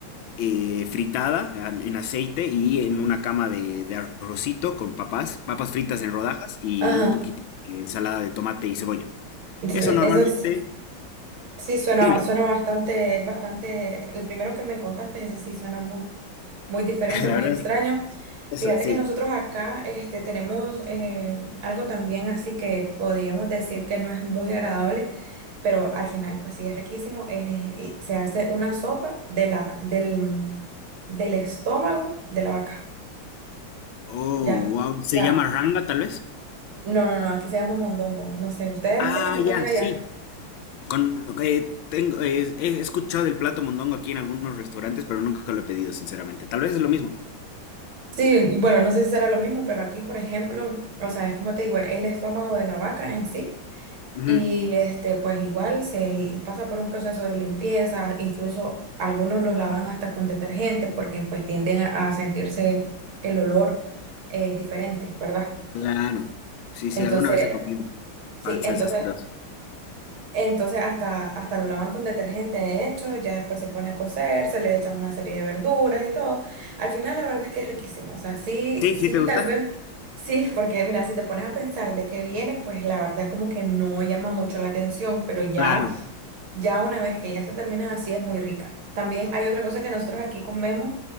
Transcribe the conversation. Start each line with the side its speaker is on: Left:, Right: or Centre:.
Left: eh, fritada en en aceite y en una cama de, de arrocito con papas, papas fritas en rodajas y
Right: ajá.
Left: un poquito de ensalada de tomate y cebolla.
Right: Entonces,
Left: Eso normalmente,
Right: Eso es- sí suena,
Left: dime,
Right: suena bastante, bastante. El primero que me contaste, ese sí suena muy, muy diferente,
Left: <laughs> la
Right: muy
Left: verdad,
Right: extraño.
Left: eso
Right: Fíjate
Left: sí.
Right: que nosotros acá este, tenemos eh, algo también así que podríamos decir que no es muy agradable, pero al final pues sí es riquísimo. Es- eh, se hace una sopa de la, del, del estómago de la vaca.
Left: Oh,
Right: Ya,
Left: wow, se
Right: ya.
Left: llama ranga tal vez.
Right: No, no, no, aquí se llama mondongo. No sé, ¿ustedes
Left: Ah,
Right: hacen eso también
Left: ya, sí.
Right: allá?
Left: Con, eh, tengo, eh, he escuchado del plato mondongo aquí en algunos restaurantes, pero nunca lo he pedido, sinceramente. Tal vez es lo mismo.
Right: Sí, y bueno, no sé si será lo mismo, pero aquí, por ejemplo, o sea, es como te digo, es el estómago de la vaca en sí,
Left: Ujú,
Right: y este, pues igual se li- pasa por un proceso de limpieza, incluso algunos los lavan hasta con detergente porque pues tienden a, a sentirse el olor eh, diferente, ¿verdad?
Left: Claro. Sí,
Right: Entonces,
Left: sí, alguna vez he comido
Right: sí,
Left: panza
Right: entonces
Left: de esas grasas?
Right: Entonces hasta, hasta lo lavan con detergente, de hecho, ya después se pone a cocer, se le echan una serie de verduras y todo. Al final la verdad es que es riquísimo, o sea, sí,
Left: Sí,
Right: sí,
Left: sí, ¿te gusta?
Right: tal vez, sí, porque mira, si te pones a pensar de qué viene, pues la verdad como que no llama mucho la atención, pero ya,
Left: Claro.
Right: ya una vez que ya está terminada, sí es muy rica. También hay otra cosa que nosotros aquí comemos